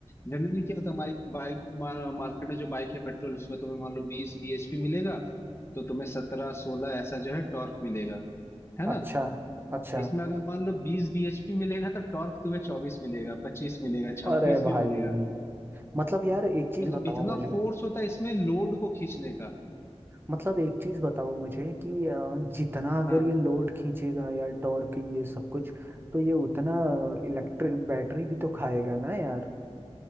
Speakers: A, on the left; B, on the right.
A: जनरली क्या होता है हमारी बाइक मार्केट में जो बाइक है पेट्रोल उसमें तुम्हें मान लो बीस bhp मिलेगा तो तुम्हें सत्रह सोलह ऐसा जो है टॉर्क मिलेगा है ना
B: अच्छा अच्छा
A: इसमें अगर मान लो बीस bhp मिलेगा तो टॉर्क तुम्हें चौबीस मिलेगा पच्चीस मिलेगा छब्बीस
B: अरे भाई
A: भी मिलेगा
B: मतलब यार एक चीज
A: मतलब
B: बताओ
A: इतना
B: मुझे
A: फोर्स होता है इसमें लोड को खींचने का
B: मतलब एक चीज बताओ मुझे कि अ, जितना अगर
A: हाँ
B: ये लोड खींचेगा या टॉर्क ये सब कुछ तो ये उतना इलेक्ट्रिक बैटरी भी तो खाएगा ना यार